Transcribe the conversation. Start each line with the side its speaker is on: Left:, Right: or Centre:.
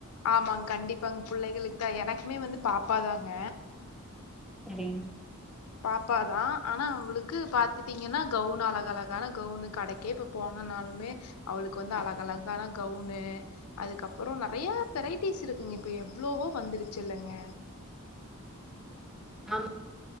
Left: ஆமாங்க கண்டிப்பாங்க புள்ளைகளுக்கு தான் எனக்குமே வந்து பாப்பாதாங்க
Centre: சரி <unintelligible>
Left: பாப்பாதான் ஆனா அவளுக்கு பாத்துட்டீங்கன்னா கவுன் அழக அழகான கவுனு கடைக்கே இப்ப போனனாலுமே அவளுக்கு வந்து அழக அழகான கவுனு அதுக்கப்புறம் நிறைய வெரைட்டிஸ் இருக்குங்க இப்ப எவ்வளவோ வந்துருச்சு இல்லைங்க
Centre: ஆமா